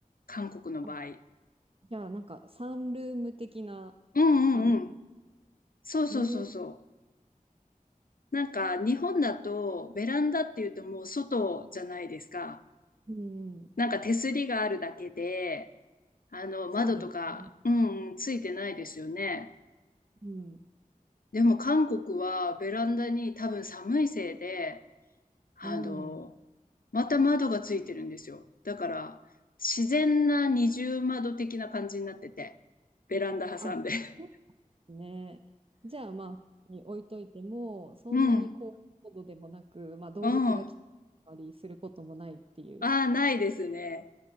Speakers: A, on the left; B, on the right.
A: 韓国の場合。
B: あ、じゃあなんかサンルーム的な感じ。
A: うんうんうん。そうそうそうそう。
B: へえ、
A: なんか日本だとベランダっていうともう外じゃないですか。
B: うん、
A: なんか手すりがあるだけで、あの窓とか、
B: そうですね。
A: うんうん、ついてないですよね。
B: うん、
A: でも韓国はベランダに多分寒いせいで、あの、
B: うん。
A: また窓がついてるんですよ。だから自然な二重窓的な感じになってて、ベランダ挟んで。
B: あ、
A: <laughs>
B: そね。じゃあまあ、に置いといても、そんなに高高度でもなく、
A: うん、うん。
B: まあ動物が来たりすることもないっていう。
A: ああ、ないですね。